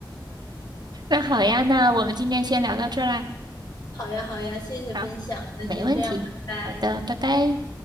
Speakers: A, on the right; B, on the left.
A: 那好呀，那我们今天先聊到这儿啦。
B: 好呀好呀，谢谢分享，
A: 好，
B: 那先这样，
A: 没问题。
B: 拜拜。
A: 好的，拜拜。